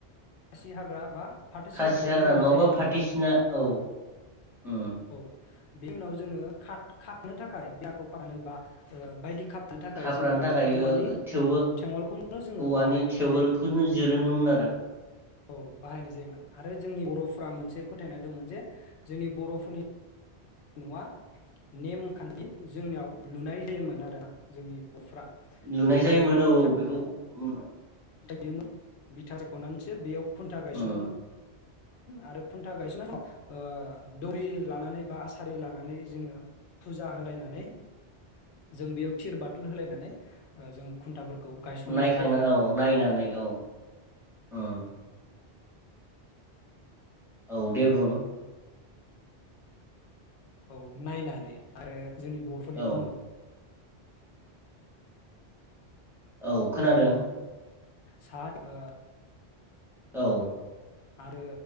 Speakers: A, on the left (about 80°); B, in the centre.
A: खासि हाग्रा बा फाथो
B: खासि
A: सिनायखौबो
B: हाग्रा
A: होनाय
B: नङाबा
A: जायोमोन
B: फाथोसिना औ
A: आ।
B: उम
A: औ बे उनाव जोङो खा-खादनो थाखाय बियाखौ खानो बा बायदि खाबनो थाखाय
B: खाफ्रानो
A: जोङो
B: थाखाय
A: औवानि
B: थेवो
A: थेंवलखौनो जोङो
B: औवानि
A: बाहायनाय
B: थेवोलखौनो
A: जायोमोन।
B: जिरोनोमोन आरो
A: औ बाहायनाय जायोमोन। आरो जोंनि बर'फ्रा मोनसे फोथायना दंमोन जे जोंनि बर' फुनि न'आ नेमखान्थि जोंनियाव लुनाय जायोमोन आरोना जोंनि बर'फ्रा
B: लुनाय
A: गिबियाव
B: जायोमोन
A: जोङो
B: औ
A: बिथा
B: बेखौ उम
A: <unintelligible> बिथा रायख'नानैसो बेयाव खुन्था
B: उम
A: गायसनोमोन । आरो खुन्था गायसननाय समाव ओ दौरि लानानै बा आसारि लानानै जोङो फुजा होलायनानै जों बेयाव थिर बाथुल होलायनानै जों खुन्थाफोरखौ गायसननाय
B: नायखांना
A: जायोमोन
B: औ
A: आरो
B: नायनानै औ उम औ दे बुं
A: औ नायनानै आरो । जोंनि बर'फोरनि
B: औ
A: न
B: औ खोनादों
A: साहाथिं
B: औ
A: आरो